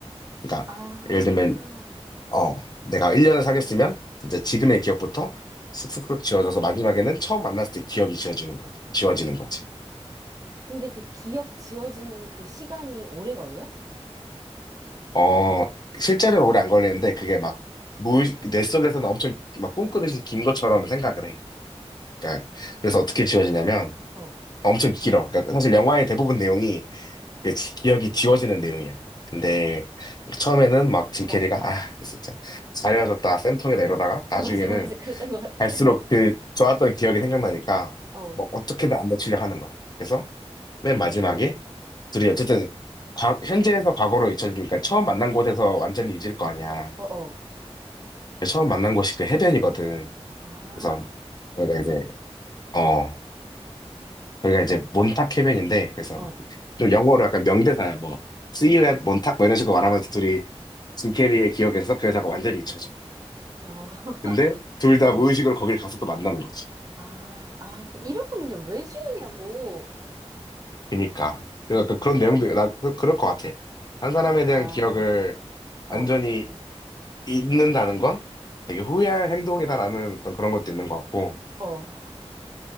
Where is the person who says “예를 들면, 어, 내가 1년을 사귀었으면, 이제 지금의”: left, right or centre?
Left